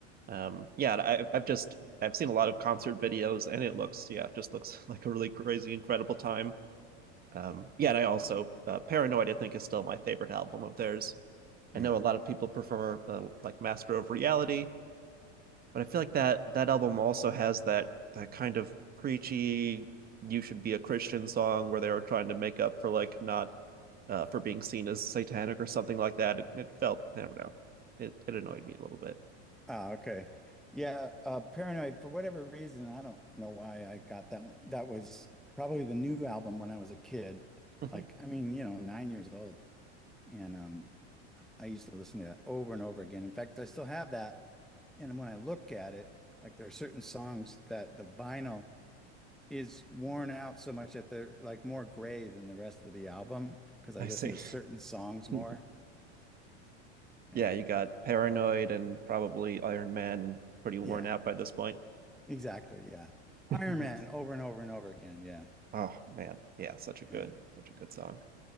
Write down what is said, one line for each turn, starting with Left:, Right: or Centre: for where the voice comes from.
Right: um yeah I, i've just i've seen a lot of concert videos and it looks yeah just looks <laughs> like a really crazy incredible time um yeah and i also uh, paranoid i think is still my favorite album of theirs
Centre: Yeah.
Right: i know a lot of people prefer uh, like master of reality but i feel like that that album also has that that kind of preachy you should be a christian song where they were trying to make up for like not uh, for being seen as satanic or something like that it, it felt i don't know it, it annoyed me a little bit
Centre: Ah, okay. Yeah, uh Paranoid for whatever reason, I don't know why I got that one. That was probably the new album when I was a kid.
Right: Mhm.
Centre: Like I mean, you know, nine years old. And um I used to listen to that over and over again. In fact, I still have that. And when I look at it, like there are certain songs that the vinyl is worn out so much that they're like more gray than the rest of the album because I
Right: I
Centre: listen
Right: see.
Centre: to certain songs more.
Right: <laughs>
Centre: Yeah.
Right: Yeah, you got paranoid and probably Iron Man pretty worn
Centre: Yeah.
Right: out by this point.
Centre: Exactly. Yeah.
Right: <laughs>
Centre: Iron
Right: Nice.
Centre: Man over and over and over again. Yeah.
Right: Oh man, yeah, such a good,
Centre: Yeah,
Right: such a good song.